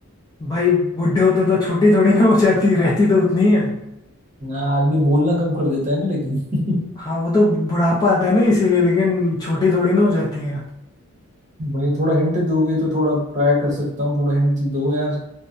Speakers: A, on the left; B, on the right.
A: भाई बुढ़े होते तो छोटी थोड़ी ना हो जाती रहती तो उतनी ही है
B: आदमी बोलना कम कर देता है ना लेकिन <laughs>
A: हाँ वो तो बुढ़ापा आता है ना इसीलिए लेकिन छोटी थोड़ी ना हो जाती है
B: भाई थोड़ा हिंट दोगे तो थोड़ा ट्राई कर सकता हूँ थोड़ा हिंट दो यार